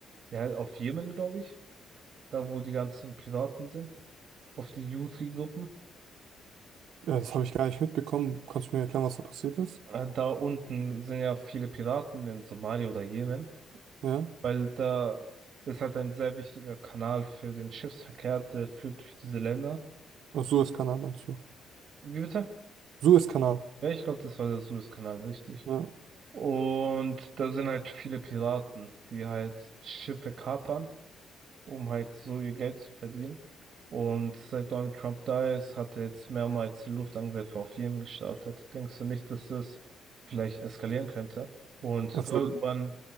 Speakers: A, on the right (about 60°); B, on the right (about 75°).
A: ja, auf Jemen, glaube ich, da wo die ganzen Piraten sind, auf die Houthi-Gruppen?
B: ja das habe ich gar nicht mitbekommen. Kannst du mir erklären, was da passiert ist?
A: Äh, Da unten sind ja viele Piraten in Somalia oder Jemen.
B: Ja,
A: weil da ist halt ein sehr wichtiger Kanal für den Schiffsverkehr, der führt durch diese Länder.
B: und Suezkanal meinst du?
A: Wie bitte?
B: Suezkanal.
A: Ja, ich glaube, das war der Suezkanal, richtig.
B: Ja.
A: Und da sind halt viele Piraten, die halt Schiffe kapern, um halt so ihr Geld zu verdienen. Und seit Donald Trump da ist, hat er jetzt mehrmals Luftangriffe auf Jemen gestartet. Denkst du nicht, dass das vielleicht eskalieren könnte? Und
B: Also,
A: irgendwann